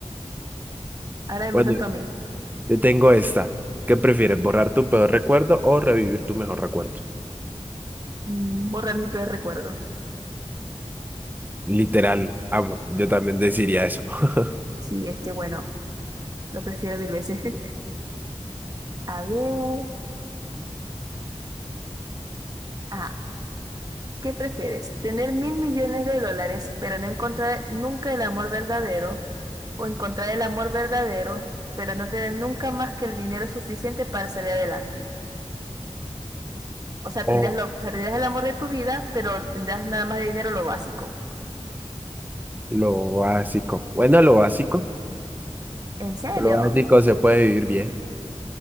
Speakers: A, on the right (about 35°); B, on the right (about 15°).
A: Ahora me
B: Bueno,
A: preguntas tú a mí.
B: te tengo esta. ¿Qué prefieres, borrar tu peor recuerdo o revivir tu mejor recuerdo?
A: Mm, Borra mi peor recuerdo.
B: Literal, amo. Yo también deciría eso. <laughs>
A: Sí, es que bueno, lo prefiero mil veces. <laughs> A ver. Ah, ¿qué prefieres? ¿Tener mil millones de dólares, pero no encontrar nunca el amor verdadero? ¿O encontrar el amor verdadero, pero no tener nunca más que el dinero suficiente para salir adelante? O sea,
B: Ok,
A: tendrías lo, o sea, tendrías el amor de tu vida, pero tendrás nada más de dinero lo básico.
B: Lo básico. Bueno, lo básico.
A: ¿En serio?
B: Lo básico se puede vivir bien.